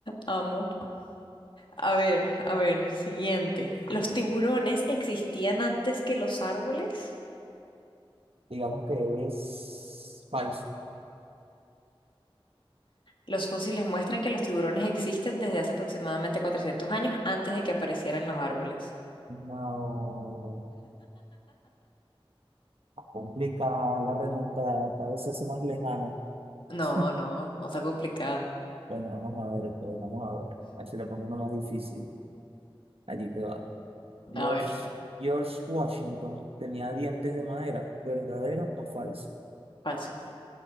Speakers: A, on the left; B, on the right.
A: Amo. A ver, a ver, siguiente. ¿Los tiburones existían antes que los árboles?
B: Digamos que es falso.
A: Los fósiles muestran que los tiburones existen desde hace aproximadamente 400 años antes de que aparecieran los árboles.
B: No. Complicada la remontada, cada vez se hace más lejana.
A: No,
B: <laughs>
A: no, no está complicada.
B: Bueno, vamos a ver, pues vamos a ver. A ver si le pongo uno más difícil. Allí te va. George,
A: A ver,
B: George Washington tenía dientes de madera, ¿verdadero o falso?
A: falso.